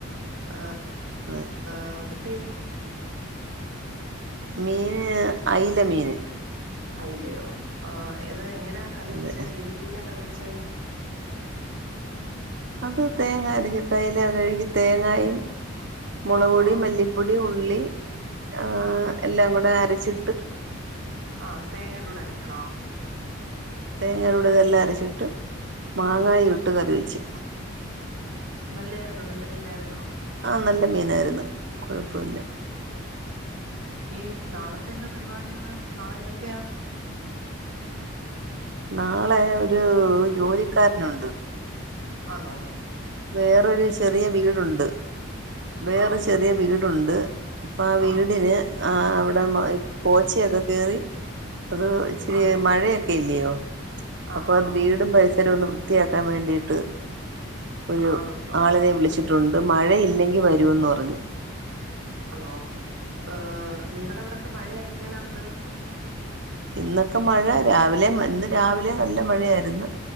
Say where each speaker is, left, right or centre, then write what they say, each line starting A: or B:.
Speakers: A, on the right (about 75°); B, on the right (about 55°).
A: ഏ
B: അതെ
A: <unintelligible>
B: മീന് അയില മീന്
A: അയിലയോ ആ ഇത് എങ്ങനാ കറി
B: അതെ
A: വെച്ച ഏത് രീതിലാ കറി വെ ച്ചേ
B: അത് തേങ്ങ അരച്ചിട്ട് അയ്‌ല കഴ്കി തേങ്ങായും മുളക്പൊടി
A: ആഹ്
B: മല്ലിപ്പൊടി ഉള്ളി ഏ
A: ആഹ്
B: എല്ലാം കൂടെ അരച്ച്
A: ആ തേങ്ങേടൂടെ അരക്കണോ
B: തേങ്ങേടെടൂടെ ഇതെല്ലാം അരച്ചിട്ട് മാങ്ങായു
A: ആഹ്
B: ഇട്ട് കറിവെച്ച്
A: നല്ലായ്ര്ന്നോ നല്ല മീനായിരുന്നോ
B: ആ നല്ല മീനായിര്ന്ന് കൊഴപ്പ ഇല്ല
A: ഈ നാളത്തെ എന്തോ പരിപാട്യാള് നാളെ എന്തൊക്കെയാ
B: നാളെ ഒരു ജോലിക്കാരന്ണ്ട്
A: ആന്നോ
B: വേറൊര് ചെറിയ വീടുണ്ട് വേറൊര്
A: ആഹ്
B: ചെറിയ വീടുണ്ട് അപ്പൊ ആ വീടിന്
A: ആഹ്
B: ആ അവിടെ മ പോച്ചയൊക്കെ കേറി അത് ഇച്ചിരി
A: ആന്നോ
B: മഴയൊക്കെല്ല്യോ
A: ആഹ്
B: അപ്പൊത്
A: ആഹ്
B: വീടും പരിസരവൊന്ന് വൃ ത്തിയാക്കാൻ വേണ്ടീട്ട് ഒരു
A: ആളുണ്ടോ
B: ആളിനെ വിളിച്ച് ട്ടുണ്ട് മഴയില്ലെങ്കി വരൂന്ന് പറഞ്ഞ്
A: ആന്നോ ഏ നിങ്ങടെവിടെക്കെ മഴ എങ്ങനെണ്ട്
B: ഇന്നൊക്കെ മഴ രാവിലെ മ ഇന്ന് രാവിലെ നല്ല മഴയായിര്ന്ന്